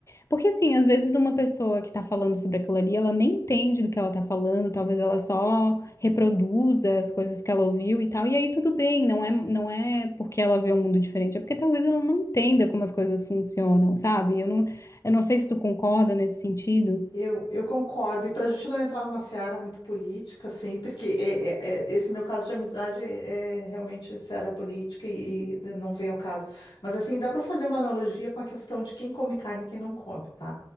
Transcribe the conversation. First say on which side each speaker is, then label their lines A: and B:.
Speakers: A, on the left (about 40°); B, on the left (about 85°).
A: Porque, assim, às vezes uma pessoa que tá falando sobre aquilo ali, ela nem entende do que ela tá falando, talvez ela só reproduza as coisas que ela ouviu e tal. E aí tudo bem, não é, não é porque ela vê um mundo diferente, é porque talvez ela não entenda como as coisas funcionam, sabe? Eu não, eu não sei se tu concorda nesse sentido.
B: Eu, eu concordo, e para a gente não entrar numa seara muito política, assim, porque é- é- é- esse meu caso de amizade é, é realmente seara política e, e não vem ao caso. Mas, assim, dá para fazer uma analogia com a questão de quem come carne e quem não come, tá?